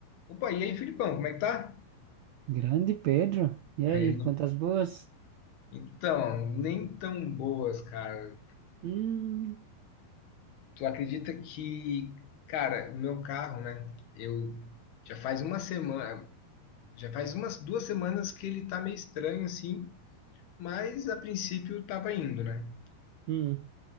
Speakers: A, on the left; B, on the right.
A: Opa, e aí, Filipão, como é que tá?
B: Grande Pedro. E
A: É,
B: aí, quantas boas?
A: Então, nem tão boas, cara.
B: Hum,
A: Tu acredita que, cara, o meu carro, né? Eu já faz uma semana, já faz umas duas semanas que ele tá meio estranho assim, mas a princípio tava indo, né?
B: hum,